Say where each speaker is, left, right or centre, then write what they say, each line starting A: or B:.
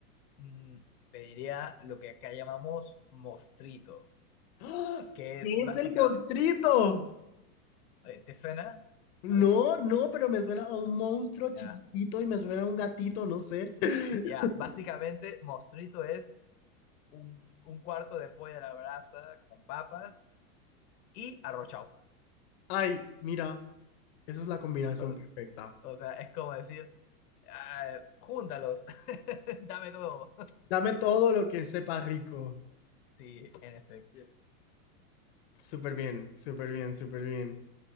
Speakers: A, on the left (about 80°); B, on the left (about 45°).
A: mm, pediría lo que acá llamamos mostrito,
B: ¡Ah!
A: que
B: ¿Qué
A: es
B: es
A: básicamente,
B: el mostrito?
A: ¿te suena?
B: No,
A: A ver,
B: no, pero me suena a un monstruo chiquitito
A: ya,
B: y me suena a un gatito, no sé. <laughs>
A: <laughs> ya, básicamente mostrito es un, un cuarto de pollo a la brasa con papas y arrochaufa.
B: Ay, mira, esa es la combinación
A: O,
B: perfecta.
A: o sea, es como decir, ah, júntalos. <laughs> Dame todo.
B: Dame todo lo que sepa rico.
A: Sí, en efecto. Yes.
B: Súper bien, súper bien, súper bien.